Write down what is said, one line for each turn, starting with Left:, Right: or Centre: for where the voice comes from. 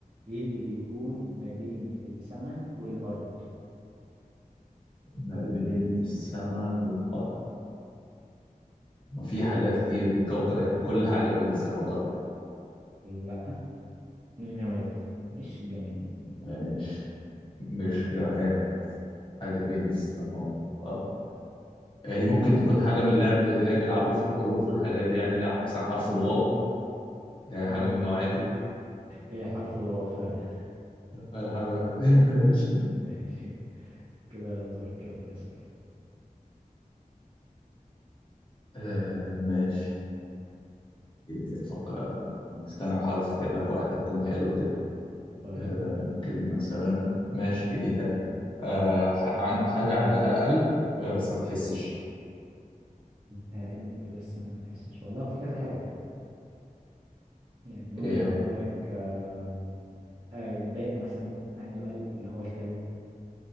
Right: ايه اللي بيكون ما بين السماء والأرض
Left: ما بين السماء والأرض ما في حاجات كتير الكوكب كل حاجة بين السماء والأرض
Right: لا مش جماد مش جماد
Left: ماشي مش جماد حاجة بين السماء والأرض آه، دي ممكن تكون حاجة من اللعب اللي هي بيلعبوا في الحروف والحاجات دي يعني اللي هي مثلا حرف الواو آه،
Right: <laughs>
Left: حاجة
Right: آه،
Left: من النوع دي
Right: هي حرف الواو فعلا
Left: آه، حاجة من <laughs> ماشي
Right: <laughs> ماشي. كده دورك يلا اسأل
Left: آه، ماشي أفكر استنى بحاول افتكر لك واحدة تكون حلوة كده
Right: طيب
Left: آه،
Right: ماشي
Left: ممكن مثلا ماشي دي حلوة آه، ح- عن- حاجة عندها قلب آه، بس ما بتحسش
Right: آه، قلب بس ما بتحسش والله في كذا حاجة يعني ممكن
Left: ايه
Right: أقول لك آه آه الباب مثلا عنده قلب اللي هو الكالون